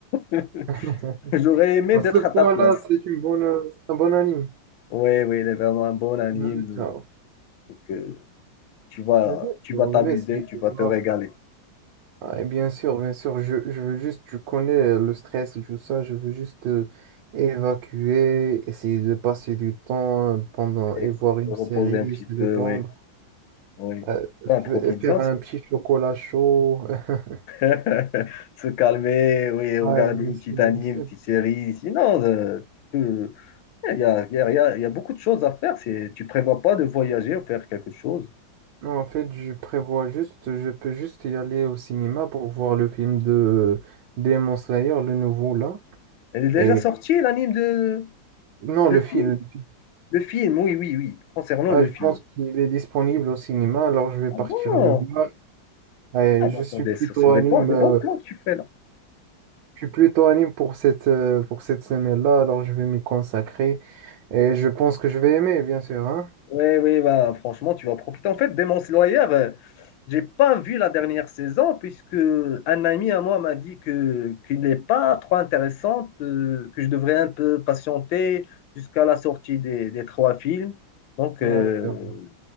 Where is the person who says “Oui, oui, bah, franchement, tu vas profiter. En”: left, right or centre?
Left